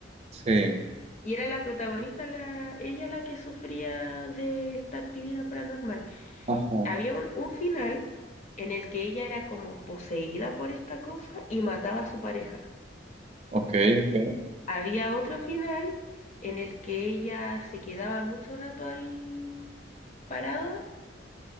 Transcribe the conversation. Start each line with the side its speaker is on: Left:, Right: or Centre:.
Right: Sí.
Left: Y era la protagonista, la, ella la que sufría de esta actividad paranormal.
Right: Ajá.
Left: Había un, un final en el que ella era como poseída por esta cosa y mataba a su pareja.
Right: Ok, ok,
Left: Había otro final en el que ella se quedaba mucho rato ahí parada